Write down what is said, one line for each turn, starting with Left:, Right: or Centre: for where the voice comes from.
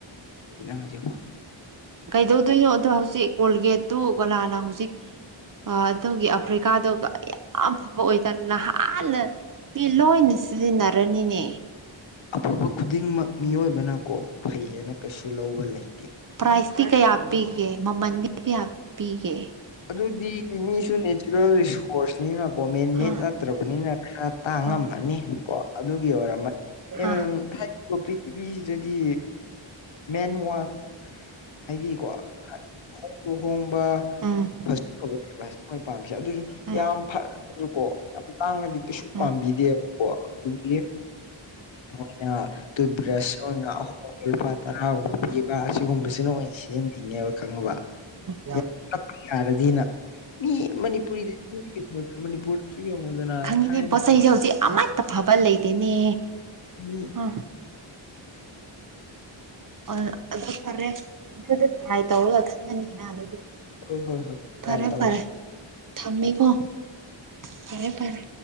Left: ꯍꯧꯖꯤꯕꯣ
Right: ꯀꯩꯗꯧꯗꯣꯏꯅꯣ ꯑꯗꯣ ꯍꯧꯖꯤꯛ ꯀꯣꯜꯒꯦꯠꯇꯨ ꯀꯂꯥꯅ ꯍꯧꯖꯤꯛ ꯑꯗꯨꯒꯤ ꯑꯐ꯭ꯔꯤꯀꯥꯗꯨꯒ ꯌꯥꯝ ꯐꯕ ꯑꯣꯏꯗ ꯅꯍꯥ ꯍꯥꯟꯅ ꯄ ꯂꯣꯏꯅ ꯁꯤꯖꯤꯟꯅꯔꯅꯤꯅꯦ
Left: ꯑꯐꯕ ꯈꯨꯗꯤꯡꯃꯛ ꯃꯤꯑꯣꯏꯕꯅꯀꯣ ꯐꯩꯌꯦꯅ ꯀꯩꯁꯨ ꯂꯧꯕ ꯂꯩ
Right: ꯄ꯭ꯔꯥꯏꯁꯗꯤ ꯀꯌꯥꯤꯒꯦ ꯃꯃꯟꯗꯤ ꯀꯌꯥꯤꯒꯦ
Left: ꯑꯗꯨꯗꯤ ꯃꯤꯁꯨ ꯅꯦꯆꯔꯦꯜ ꯔꯤꯁꯣꯔꯁꯅꯤꯅ ꯀꯣꯃꯦꯟ ꯃꯠ
Right: ꯑꯥ
Left: ꯅꯠꯇ꯭ꯔꯕꯅꯤꯅ ꯈꯔ ꯇꯥꯡꯉꯝꯃꯅꯤ
Right: ꯑꯥ
Left: ꯀꯣ ꯑꯗꯨꯒꯤ ꯑꯣꯏꯔꯝꯃꯅꯤ
Right: ꯑꯥ
Left: ꯑꯦꯕꯦꯝ ꯍꯥꯏꯗꯤꯀꯣ ꯄ꯭ꯔꯤꯊꯤꯕꯤꯁꯤꯗꯗꯤ
Right: <unintelligible>
Left: ꯃꯦꯟ ꯋꯥꯟ ꯍꯥꯏꯗꯤꯀꯣ ꯍꯣꯡꯁꯨ ꯍꯣꯡꯕ
Right: ꯎꯝ
Left: ꯐꯒꯅꯦ ꯍꯣꯏ ꯄꯥꯝꯃꯤꯁꯦ ꯑꯗꯨꯁꯨ
Right: ꯎꯝ
Left: ꯌꯥꯝ ꯐꯁꯨꯀꯣ ꯌꯥꯝ ꯇꯥꯡꯉꯗꯤ ꯀꯩꯁꯨ
Right: ꯎꯝ
Left: ꯄꯥꯝꯕꯤꯗꯦꯕꯀꯣ ꯌꯦ ꯃꯅ ꯇꯨ ꯕ꯭ꯔꯁ ꯑꯣꯏꯅ ꯑꯍꯣꯡꯕ ꯂꯨꯄꯥ ꯇꯔꯥꯍ ꯄꯤꯕ ꯑꯁꯤꯒꯨꯝꯕꯁꯤꯅ ꯁꯤꯖꯤꯟꯅ ꯏꯅꯦꯕ ꯈꯪꯉꯕ
Right: ꯌꯥꯕ
Left: ꯌꯥꯝ ꯇꯞꯄ ꯌꯥꯔꯗꯤꯅ ꯃꯤ ꯃꯅꯤꯄꯨꯔꯤꯗꯁꯨ ꯌꯦꯡꯉꯨꯗꯅ ꯃꯅꯤꯄꯨꯔꯗꯁꯨ ꯌꯦꯡꯉꯨꯗꯅ
Right: ꯅꯦ
Left: ꯊꯥꯏꯅ
Right: ꯄꯣꯠ ꯆꯩꯁꯦ ꯍꯧꯖꯤꯛ ꯑꯃꯠꯇ ꯐꯕ ꯂꯩꯇꯦꯅꯦ
Left: ꯃꯤ
Right: ꯑ ꯑ ꯑꯗꯨ ꯐꯔꯦ ꯑꯗꯨꯗ ꯇ꯭ꯔꯥꯏ ꯇꯧꯔꯒ ꯈꯪꯉꯅꯤ ꯅ ꯑꯗꯨꯗꯤ
Left: ꯍꯣꯏ ꯍꯣꯏ ꯍꯣꯏ
Right: ꯐꯔꯦ
Left: ꯇ꯭ꯔꯥꯏ ꯇꯧꯋ
Right: ꯐꯔꯦ ꯊꯝꯃꯦꯀꯣ ꯐꯔꯦ ꯐꯔꯦ